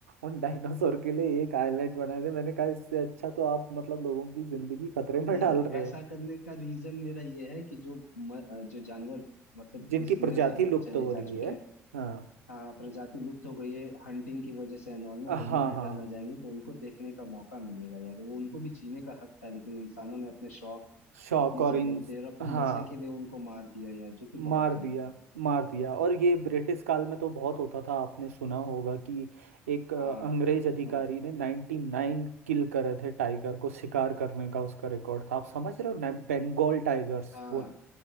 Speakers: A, on the right; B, on the left.
A: उन डायनासोर के लिए एक आइलैंड बना दे मैंने कहा इससे अच्छा तो आप मतलब लोगों की जिंदगी खतरे में
B: नहीं
A: डाल रहे
B: ऐसा
A: हो
B: करने का रीजन मेरा ये है कि जो म, अ, जो जानवर मतलब
A: जिनकी
B: इस दुनिया
A: प्रजाति
B: से अब
A: लुप्त
B: चले
A: हो
B: जा
A: रही
B: चुके
A: है
B: हैं
A: हाँ
B: हाँ प्रजाति लुप्त हो गई है हंटिंग की वजह से एंड ऑल ना
A: हाँ
B: तो वो रिटर्न
A: हाँ
B: आ जाएंगे तो उनको देखने का मौका मिलेगा यार वो उनको भी जीने का हक था लेकिन इंसानों ने अपने शौक
A: शौक
B: अपनी
A: और
B: जरूरतें
A: इन
B: और अपने
A: हाँ
B: मजे के लिए उनको मार दिया यार जो कि
A: मार
B: बहुत गलत
A: दिया
B: था
A: मार दिया और ये ब्रिटिश काल में तो बहुत होता था आपने सुना होगा कि एक अ,
B: हाँ
A: अंग्रेज अधिकारी
B: हाँ
A: ने 99 किल करे थे टाइगर को शिकार करने का उसका रिकॉर्ड था आप समझ रहे हो ना बंगाल टाइगर्स
B: हाँ
A: वो